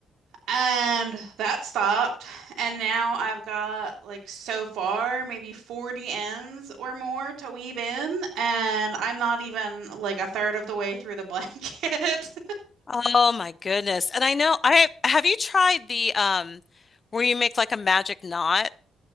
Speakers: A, on the right; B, on the left.
A: And that stopped. And now I've got like so far maybe 40 ends or more to weave in. And I'm not even like a third of the way through the blanket. <laughs>
B: Oh my goodness. And I know I have you tried the um where you make like a magic knot?